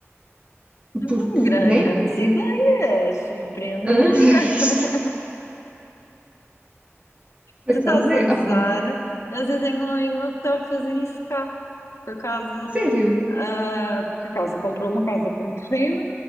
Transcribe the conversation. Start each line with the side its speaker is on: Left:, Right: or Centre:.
Left: Hum,
Right: porque,
Left: Gran-
Right: né?
Left: Grandes ideias, empreendedora.
Right: Hã? <laughs> Já viste?
Left: <laughs>
Right: Por
Left: Tu
Right: acaso
Left: estás a
Right: é,
Left: gozar,
Right: opá,
Left: mas eu tenho um amigo meu que está a fazer isso cá, com a casa.
Right: sério?
Left: ah, porque a casa comprou uma casa com terreno